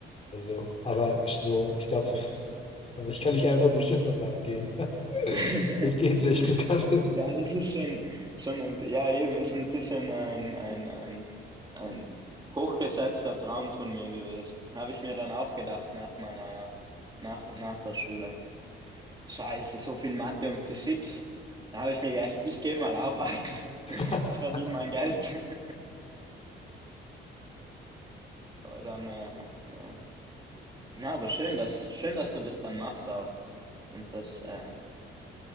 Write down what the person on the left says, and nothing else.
Also, aber ich so, ich glaube, <laughs>
aber ich kann nicht einfach so Schiffe fahren gehen. <laughs>
Das geht nicht. Das kann.
<laughs>